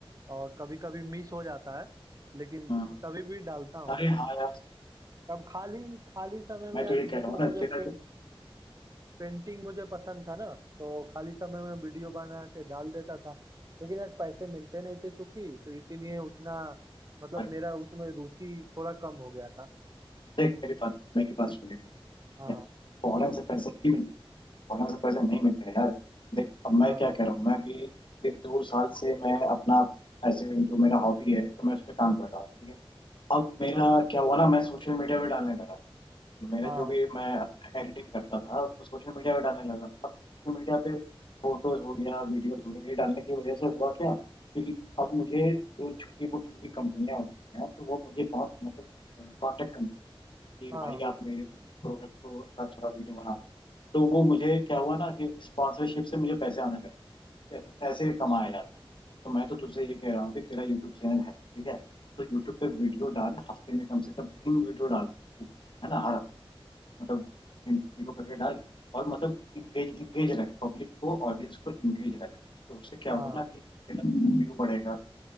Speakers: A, on the right; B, on the left.
A: और कभी कभी मिस हो जाता है लेकिन
B: हम्म।
A: तभी भी डालता हूँ
B: अरे हाँ यार
A: तब खाली खाली समय में
B: मैं
A: यार
B: तो ये कह
A: देखो
B: रहा हूँ ना
A: मुझे
B: तेरा
A: पे,
B: जो
A: पेंटिंग मुझे पसंद था ना तो खाली समय में वीडियो बना के डाल देता था लेकिन यार पैसे मिलते नहीं थे चूंकि तो इसीलिए उतना मतलब
B: हाँ,
A: मेरा उसमें रुचि थोड़ा कम हो गया था
B: देख मेरे पास मेरे पास मेरे पास ठीक
A: हाँ
B: है फौरन से पैसे नहीं मिलते फौरन से पैसे नहीं मिलते यार देख अब मैं
A: हाँ
B: क्या कह रहा हूँ मैं भी एक दो साल से मैं अपना ऐसे जो मेरा हॉबी है तो मैं उस पर काम कर रहा हूँ ठीक है अब मेरा क्या हुआ ना मैं सोशल मीडिया पे डालने लगा मेरा
A: हाँ
B: जो भी मैं एडिटिंग करता था उसको सोशल मीडिया पे डालने लगा अब सोशल मीडिया पे फोटोज हो गया वीडियोज हो गया ये डालने की वजह से हुआ क्या कि अब मुझे जो छोटी वो छोटी कंपनियां होती हैं तो वो मुझे बहुत मतलब कांटेक्ट करने कि
A: हाँ
B: भाई आप मेरे प्रोडक्ट को का थोड़ा वीडियो बना दो तो वो मुझे क्या हुआ ना कि स्पॉन्सरशिप से मुझे पैसे आने लगे ठीक है तो ऐसे कमाया जाता है तो मैं तो तुझसे ये कह रहा हूँ कि तेरा यूट्यूब चैनल है ठीक है तो यूट्यूब पे वीडियो डाल हफ्ते में कम से कम तीन वीडियो डाल तू, है ना हर हफ्ते मतलब तीन वीडियो करके डाल और मतलब इंगेज इंगेज रख पब्लिक को ऑडियंस को इंगेज रख तो उससे क्या
A: हाँ
B: होगा ना कि तेरा व्यू बढ़ेगा